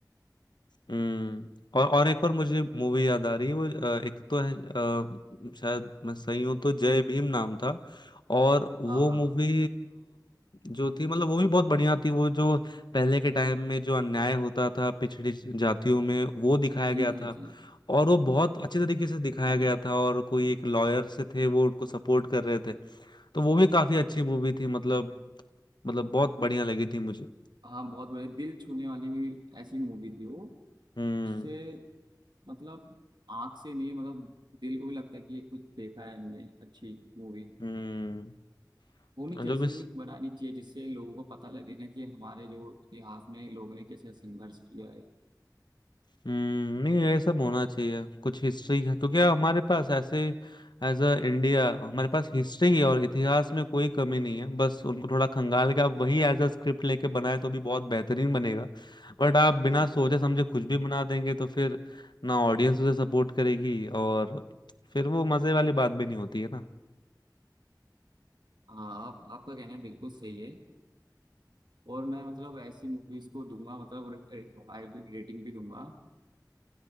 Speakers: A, on the left; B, on the right.
A: हम्म और और एक और मुझे मूवी याद आ रही है वो अ, एक तो है अ, शायद मैं सही हूं तो जय भीम नाम था और वो
B: हाँ हाँ
A: मूवी जो थी मतलब वो भी बहुत बढ़िया थी वो जो पहले के टाइम में जो अन्याय होता था पिछड़ी जातियों में वो दिखाया गया
B: जी जी
A: था
B: जी
A: और वो बहुत अच्छे तरीके से दिखाया गया था और कोई एक लॉयर से थे वो उनको सपोर्ट कर रहे थे तो वो भी काफी अच्छी मूवी थी मतलब मतलब बहुत बढ़िया लगी थी मुझे
B: हाँ बहुत बड़े दिल छूने वाली हुई ऐसी मूवी थी वो
A: हम्म
B: जिससे मतलब आंख से नहीं मतलब दिल को भी लगता है कि ये कुछ देखा है हमने अच्छी मूवी
A: हम्म
B: होनी
A: और
B: चाहिए
A: जो
B: ऐसी
A: भी
B: मूवी बनानी चाहिए जिससे लोगों को पता लगे ना कि हमारे जो इतिहास में लोगों ने कैसे संघर्ष किया है
A: हम्म, नहीं ये सब होना चाहिए कुछ हिस्ट्री का क्योंकि हमारे पास ऐसे एज अ इंडिया हमारे पास हिस्ट्री और इतिहास में कोई कमी नहीं है बस उनको थोड़ा खंगाल के आप वही एज अ स्क्रिप्ट लेके बनाए तो भी बहुत बेहतरीन बनेगा बट आप बिना सोचे समझे कुछ भी बना देंगे तो फिर ना ऑडियंस उसे सपोर्ट करेगी और फिर वो मजे वाली बात भी नहीं होती है ना
B: हाँ आप आपका कहना बिल्कुल सही है और मैं मतलब ऐसी मूवीज को दूंगा मतलब फाइव रेटिंग भी दूंगा